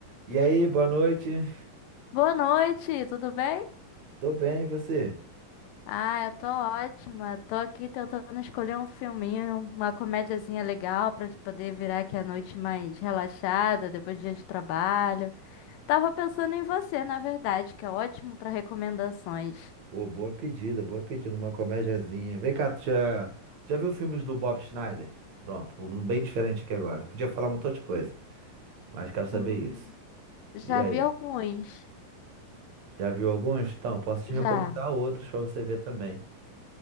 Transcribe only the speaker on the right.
E aí, boa noite.
Tô bem, e você?
Pô, boa pedida, boa pedida, uma comédiazinha. Vem cá, tu já, já viu filmes do Bob Schneider? Pronto, um bem diferente aqui agora. Podia falar um montão de coisa, mas quero saber
isso.
E aí,
já viu alguns? Então, posso te recomendar
outros pra você ver também.